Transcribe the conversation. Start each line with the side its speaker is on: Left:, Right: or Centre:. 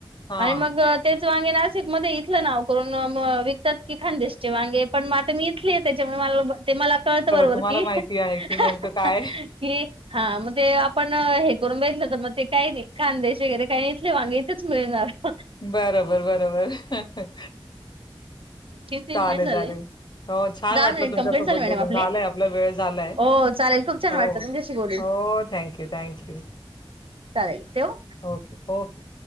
Left: हा.
Right: आणि मग तेच वांगे नाशिक मध्ये इथलं नाव करून विकतात की खानदेशचे वांगे पण म <unintelligible> मी इथली आहे त्याच्यामुळे मला ते मला कळत बरोबर
Left: तुम्हाला
Right: की
Left: माहिती
Right: <unintelligible>
Left: आहे की नेमकं काय
Right: कि हा मणज पण हे करून बेटलं तर मग ते काही नाही खांदेश वगैरे काहीथले माांगे इथेच मिळणार <unintelligible>
Left: बरोबर बरोबर
Right: कीर्ती
Left: चालेल
Right: मन नडललले
Left: चालेल हो छान
Right: दहा
Left: वाटलं
Right: मिनिट
Left: तुमच्यासोबत
Right: कंप्लीट झाले मॅडम
Left: बोलून
Right: आपले.
Left: झालंय आपला वेळ झालाय
Right: हो, चालेल. फक् छान
Left: हो
Right: वाटलं तुमच्याशी बोलून
Left: हो थँक्यू थँक्यू
Right: चालेल ठेवू? <unintelligible>
Left: Okay okay